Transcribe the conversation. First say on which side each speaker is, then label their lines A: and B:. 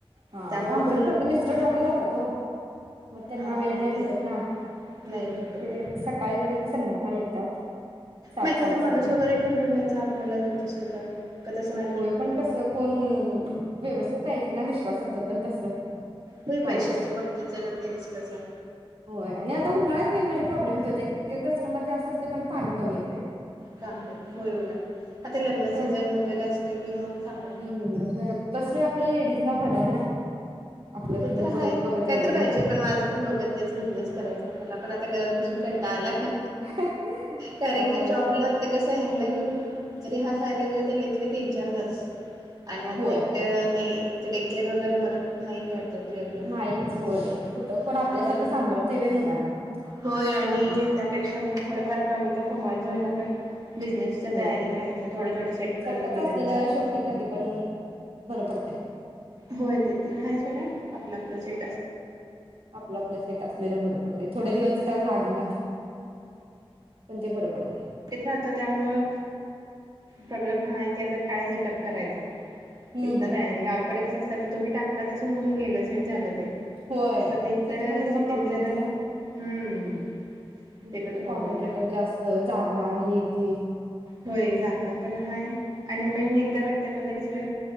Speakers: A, on the right; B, on the right.
A: हा
B: त्यामुळे
A: आमंच्यात
B: फुल
A: कस मिस्टर जॉबला जातात ओ. मग त्यांना
B: हा
A: वेळ
B: मग
A: नाही
B: ते
A: भेटत ना.
B: नाही भेटत
A: ते
B: नाही.
A: सकाळी गेले ते संध्याकाळी येतात. सात
B: मग एखादा
A: साडेसात
B: माणूस
A: ला
B: वगैरे ठेवून बघायचा आपल्याला होत असेल तर. का तसं मॅनेज
A: होय
B: होत
A: पण
B: नाही.
A: कस कोण व्यवस्थित पाहिजे ना विश्वासात जमल तसं
B: होय
A: माणस
B: पैशाच्या बाबतीत जरा ते रिस्कच आहे
A: होय आणि आता उन्हाळ्यात मेन म्हणजे प्रॉब्लेम ते कस्टमर जास्त असतय पण पाणी कमी येतय.
B: काम होयवना आता लग्न
A: मग ते
B: सीझन वगैरे असले की मग चांगला
A: हम्म घर बसल्या आपल्या लेडीज ना खर आहे ना. आपलं
B: ते
A: घर
B: तर
A: बघत
B: हय
A: बघत
B: काहीतरी
A: वगैरे
B: पाहिजे पण माझ पण डोक्यात तेच बिझनेस करायचय मला पण आता घरात बसून कंटाळा आलाय.
A: त्यामुळे
B: कारण की जॉबला
A: मग
B: ते कस ह्याला घेऊन तरी हा शाळेला गेला तरी लईत लई तीन चार तास आणि आता
A: होय
B: एकट नाही. ति डेकेर वगैरे मला नाही भे यो ठीक
A: नाहीच होय
B: आहे
A: कुठं कोण आपल्यासारखं
B: आपण
A: सांभाळते वे मुलांना
B: होय आणि
A: त्यांना
B: त्यापेक्षा मग थोडंफार कमी का कमवायचं होईना पण बिजनेसच्या
A: होय
B: तयारीत राहायचं थोडं थोडं सेट
A: स्वतःच
B: करत गेलं
A: असलेलं
B: चालतं.
A: शेवटी कधी पण बरं पडते
B: होय ते तर हाय सोडा आपलं आपलं सेट अस
A: आपलं आपलं सेट असलेलं बरं पडतय थोडे दिवस काम लागेना पण ते बरं पडतय.
B: घेत राहत त्यामुळ प्रॉब्लेम हा आहे की आता काय सेटअप करायचा?
A: हं,
B: एकदा
A: हं,
B: तयारी
A: हं.
B: गावाकडे कसं असतात तर तुम्ही टाकनार असं होऊन गेलं सेट झालं ते
A: होय
B: तसं आता इथं
A: सिटीमध्ये जरा
B: सिटीत
A: प्रॉब्लेम येतोय
B: हम्म
A: ना म्हणजे
B: ते पण प्रॉब्लेम
A: कॉम्बिटेटर
B: आहे.
A: जास्त जागा हा हे तेे
B: होय जागा पण हाय आणि मेन एकदा वाटतं मला कि सगळं